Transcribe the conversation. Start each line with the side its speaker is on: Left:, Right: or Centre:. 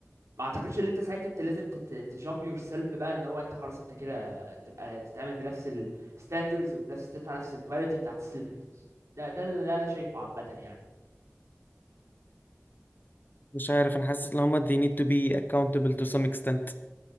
Right: ما اعتقدش ان انت ساعتها انت لازم تجامب يور سيلف بقى ان هو انت خلاص انت كده تبقى تتعامل بنفس الستاندرز وبنفس تدفع نفس الكواليتي بتاعت السليبرتيز ده ده اللي انا شايفه عامه يعني
Left: مش عارف انا حاسس ان هما they need to be accountable to some extent